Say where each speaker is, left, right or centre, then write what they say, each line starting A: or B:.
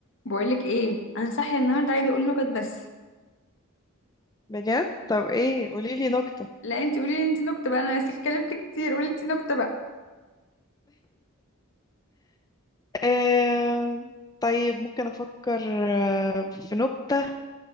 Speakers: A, on the left (about 60°); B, on the left (about 20°).
A: بقولك ايه انا صاحيه النهارده عايزه اقول نكت بس
B: بجد طب ايه قوليلي نكتة
A: لا انت قولي لي انت نكته بقى انا س- اتكلمت كتير قولي انت نكته بقى
B: آه... طيب ممكن افكر آه، في نكتة